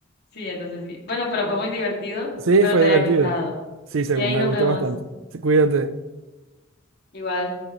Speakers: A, on the left; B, on the right.
A: sí, entonces sí. Bueno, pero fue muy divertido,
B: Sí,
A: pero
B: fue
A: te
B: divertido.
A: haya gustado.
B: Sí, seguro.
A: Y ahí
B: Me
A: nos
B: gustó
A: vemos,
B: bastante. Sí, Cuídate.
A: igual.